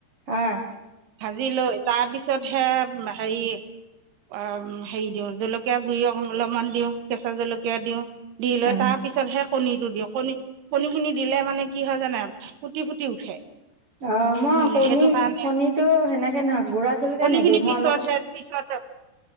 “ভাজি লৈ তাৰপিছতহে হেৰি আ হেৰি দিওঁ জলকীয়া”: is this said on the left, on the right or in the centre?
Right